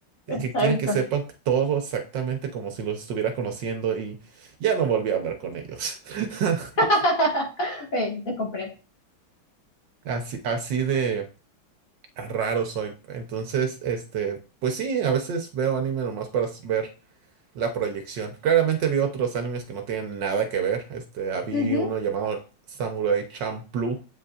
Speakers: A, on the right; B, on the left.
A: eh,
B: exacto.
A: que quieren que sepan todo exactamente como si los estuviera conociendo y ya no volví a hablar con ellos. <laughs>
B: <laughs> Eh, te comprendo.
A: Así, así de raro soy. Entonces, este, pues sí, a veces veo anime nomás para s- ver la proyección. Claramente vi otros animes que no tienen nada que ver. Este, había
B: Ujú,
A: uno llamado Samurai Champloo,